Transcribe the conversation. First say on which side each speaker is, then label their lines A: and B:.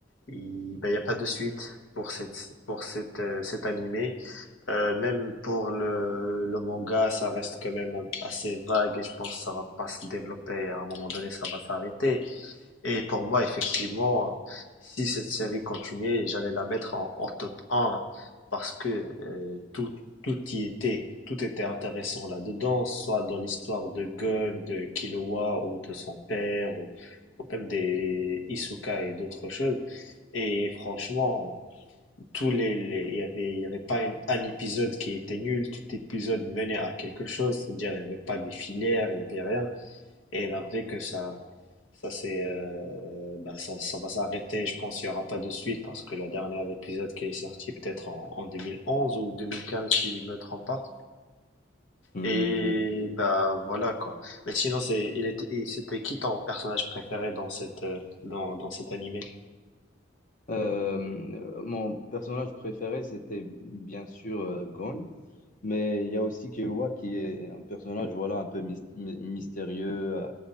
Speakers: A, on the left; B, on the left.
A: il n'y a pas de suite pour cette, pour cette, euh, cet animé. Euh, même pour le, le manga, ça reste quand même assez vague et je pense que ça va pas se développer. À un moment donné, ça va s'arrêter. Et pour moi, effectivement, si cette série continuait, j'allais la mettre en, en top un parce que euh, tout, tout y était, tout était intéressant là-dedans, soit dans l'histoire de God, de Killua ou de son père, ou, ou même des Isuka et d'autres choses. Et franchement, tous les, les- il y avait, il y avait pas un, un épisode qui était nul, tout épisode menait à quelque chose, c'est-à-dire il n'y avait pas des filières, il n'y avait rien. Et la vraie que ça, ça c'est, euh, bah, ça, ça va s'arrêter. Je pense qu'il n'y aura pas de suite parce que la dernière épisode qui est sorti peut-être en, en 2011 ou 2015 si je me trompe pas.
B: Hmm,
A: Et
B: oui.
A: bah voilà quoi. Mais sinon c'est, il était, il- c'était qui ton personnage préféré dans cette, euh, dans, dans cet animé?
B: Euh, mon personnage préféré, c'était bien sûr euh, Gon, mais il y a aussi Killua qui est un personnage voilà, un peu mys- my- mystérieux, euh,